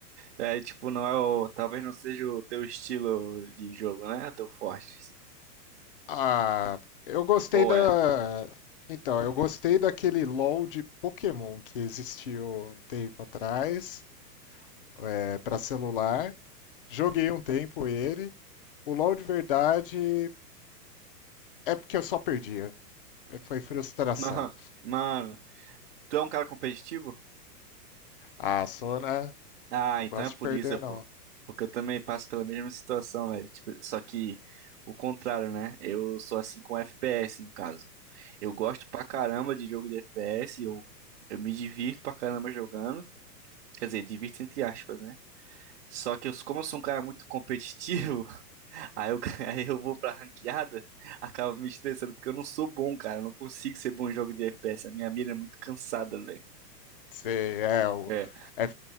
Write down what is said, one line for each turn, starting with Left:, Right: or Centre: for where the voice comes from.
Right: É, tipo, não é o. Talvez não seja o teu estilo de jogo, né? O teu forte.
Left: Ah, eu gostei
Right: Ou
Left: da.
Right: é?
Left: Então, eu gostei daquele LoL de Pokémon que existiu um tempo atrás, é, para celular. Joguei um tempo ele. O LoL de verdade é porque eu só perdia. Foi frustração.
Right: Mano, mano, tu é um cara competitivo?
Left: Ah, Sona,
Right: Ah,
Left: não
Right: então
Left: gosto
Right: é por
Left: de perder,
Right: isso,
Left: não.
Right: pô. Porque eu também passo pela mesma situação, velho. Tipo, só que o contrário, né? Eu sou assim com FPS, no caso. Eu gosto pra caramba de jogo de FPS, eu, eu me divirto pra caramba jogando. Quer dizer, divirto entre aspas, né? Só que eu, como eu sou um cara muito competitivo, <laughs> aí eu, <laughs> aí eu vou pra ranqueada, acaba me estressando, porque eu não sou bom, cara. Eu não consigo ser bom em jogo de FPS. A minha mira é muito cansada,
Left: Você é o.
Right: velho.
Left: é-